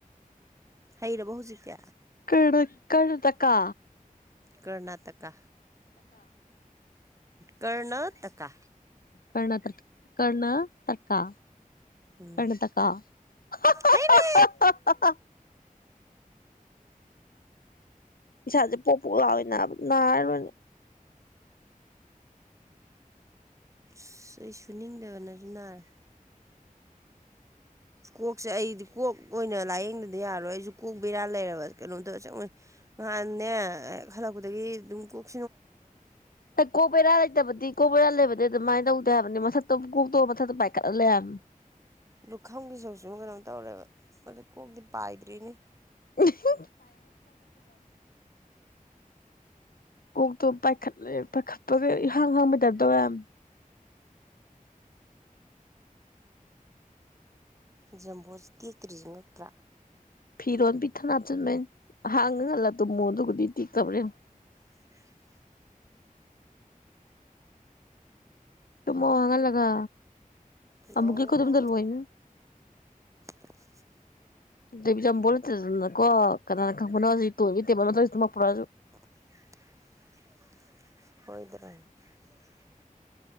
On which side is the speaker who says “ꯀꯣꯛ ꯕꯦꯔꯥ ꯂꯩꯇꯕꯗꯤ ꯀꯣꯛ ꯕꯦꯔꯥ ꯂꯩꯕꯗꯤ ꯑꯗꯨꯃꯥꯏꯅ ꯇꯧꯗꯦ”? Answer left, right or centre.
Left